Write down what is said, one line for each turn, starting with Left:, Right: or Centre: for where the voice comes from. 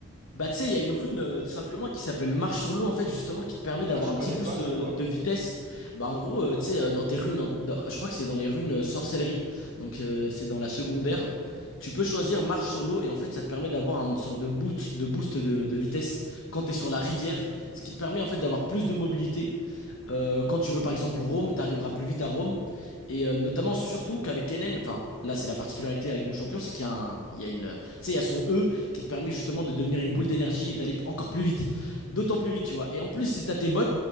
Left: Bah, tu sais, il y a une rune euh, tout simplement qui s'appelle Marche sur l'eau, en fait, justement, qui te permet
Right: Ah,
Left: d'avoir
Right: je connais
Left: un petit boost
Right: pas, c'est
Left: euh,
Right: quoi?
Left: de vitesse. Bah, en gros, euh, tu sais, euh, dans tes runes, en- dans- je crois que c'est dans les runes euh, sorcellerie, donc euh, c'est dans la secondaire. Tu peux choisir Marche sur l'eau et en fait, ça te permet d'avoir une sorte de boost de, boost de, de vitesse quand tu es sur la rivière, ce qui te permet en fait d'avoir plus de mobilité euh, quand tu veux par exemple Rome, tu arriveras plus vite à Rome. Et euh, notamment, surtout qu'avec Kennen, enfin, là c'est la particularité avec mon champion, c'est qu'il y a un- il y a une, euh, tu sais, il y a son E qui te permet justement de devenir une boule d'énergie et d'aller encore plus vite. D'autant plus vite, tu vois. Et en plus, c'est à tes bots,